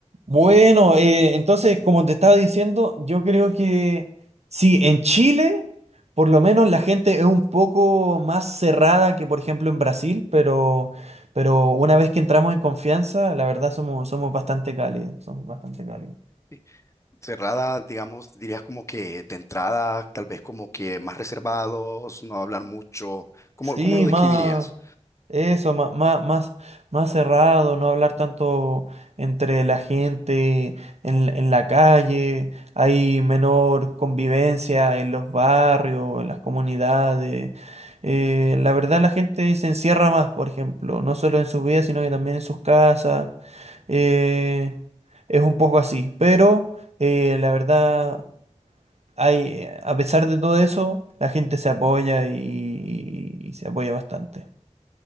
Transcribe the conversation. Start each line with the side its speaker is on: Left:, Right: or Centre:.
Right: Bueno, eh, entonces, como te estaba diciendo, yo creo que sí, en Chile, por lo menos la gente es un poco más cerrada que, por ejemplo, en Brasil, pero, pero una vez que entramos en confianza, la verdad somos, somos bastante cálidos, somos bastante cálidos.
Left: Sí. Cerrada, digamos, dirías como que de entrada, tal vez como que más reservados, no hablar mucho. ¿Cómo,
Right: Sí,
Left: cómo lo describirías?
Right: más eso, más, más, más, más cerrado, no hablar tanto entre la gente en, en la calle, hay menor convivencia en los barrios, en las comunidades. Eh, la verdad la gente se encierra más, por ejemplo, no solo en su vida, sino que también en sus casas. Eh, es un poco así, pero eh, la verdad hay, a pesar de todo eso, la gente se apoya y, y se apoya bastante.